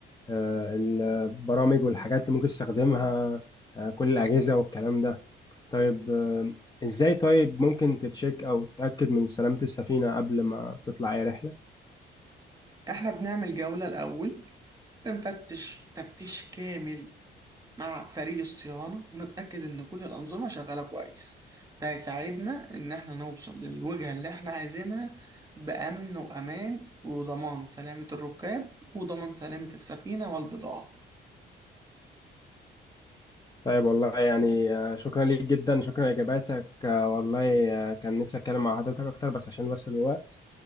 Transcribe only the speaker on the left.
آه، البرامج والحاجات اللي ممكن تستخدمها آه، كل الأجهزة والكلام ده طيب آه، إزاي طيب ممكن تتشيك أو تتأكد من سلامة السفينة قبل ما تطلع أي رحلة
طيب والله يعني آه، شكرا ليك جدا شكرا لإجاباتك آه، والله آه، كان نفسي أتكلم مع حضرتك أكتر بس عشان بس الوقت